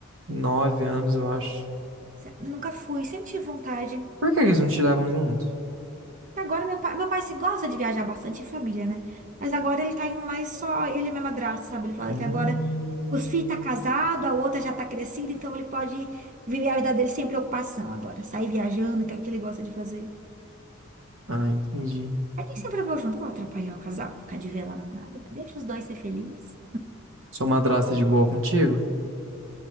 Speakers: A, on the right; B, on the right.
A: nove anos, eu acho.
B: nunca fui, sempre tive vontade.
A: Por que que eles não te levam junto?
B: Agora meu pai, meu pai se gosta de viajar bastante em família, né? Mas agora ele tá indo mais só ele e minha madrasta, sabe? Ele fala
A: Hum...
B: que agora os filhos tá casado, a outra já tá crescida, então ele pode viver a vida dele sem preocupação agora. Sair viajando, que é o que ele gosta de fazer.
A: Ah, entendi.
B: Aí nem sempre eu vou junto, vou atrapalhar o casal, vou ficar de velada nada, mas deixa os dois ser felizes.
A: Sua madrasta é de boa contigo?